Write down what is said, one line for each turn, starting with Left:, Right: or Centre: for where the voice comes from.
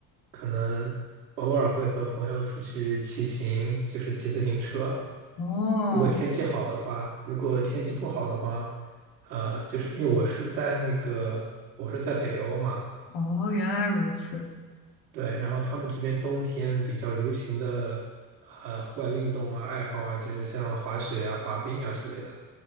Right: 可能偶尔会和朋友出去骑行，就是骑自行车。
Left: 哦，
Right: 如果天气好的话，如果天气不好的话，呃，就是因为我是在那个我是在北欧嘛。
Left: 哦，原来如此。
Right: 对，然后他们这边冬天比较流行的呃户外运动啊、爱好啊，就是像滑雪啊、滑冰啊之类的。